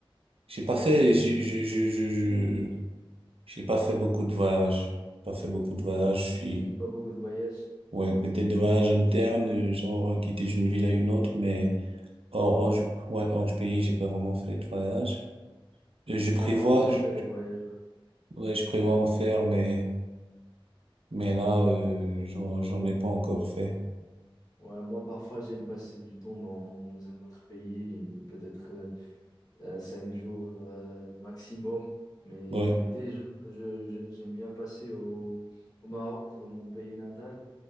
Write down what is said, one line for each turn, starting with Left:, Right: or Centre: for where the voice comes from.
Right: J'ai pas fait, j'ai j'ai- j'ai- j'ai- j'ai- j'ai pas fait beaucoup de voyages. Pas fait beaucoup de voyages. Je suis,
Left: Hmm, Pas beaucoup de voyages.
Right: ouais, peut-être des voyages internes, euh, genre euh, quitter d'une ville à une autre, mais hors,
Left: Ouais.
Right: hors du, ouais, hors du pays, j'ai pas vraiment fait de voyage. Euh, Je
Left: Moi,
Right: prévois,
Left: parfois, je
Right: je-
Left: fais des voyages. ouais.
Right: ouais, je prévois en faire, mais, mais là, euh, j'en, j'en ai pas encore fait.
Left: Ouais, moi, parfois, j'aime passer du temps dans, dans un autre pays, une- peut-être euh, euh, cinq jours euh, maximum. Mais
Right: Ouais.
Left: l'été, je, je- je- j'aime bien passer au, au Maroc, dans mon pays natal.